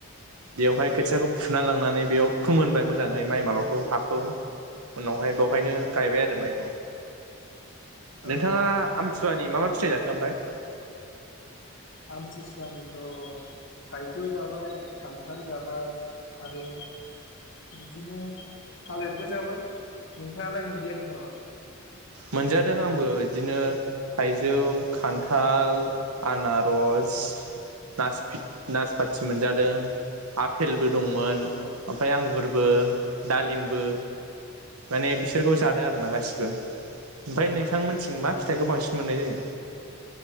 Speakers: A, on the right; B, on the left.
A: बेवहाय खोथियाखौ
B: उम
A: फुना लांनानै बेयाव फोमोनबाय मोजाङै माइ माबाखौ हाखौ उनावहाय बाव खायनो गायबाय
B: औ
A: आरो माइखौ नोंथाङा
B: औ
A: आम आमथि सुवानि मा मा फिथाइ जाखो ओमफ्राय?
B: आमथिसुवानिथ' थाइजौ जाबाय खान्थाल जाबाय आरो बिदिनो थालिरबो जाबाय नोंथाङालाय मोनजायाखै नामा?
A: मोनजादों आंबो बिदिनो थाइजौ खान्थाल आनारस नास नासपथि मोनजादों आफपेलबो दंमोन
B: औ
A: ओमफ्राय आंगुरबो
B: औ
A: दालिमबो माने बिसोरखौ
B: उम
A: जादों आरोना गासिखौबो। ओमफाय नोंथां
B: औ
A: मोनिथिं माथाय फिथाइखौ बांसिन मोननाय जायो।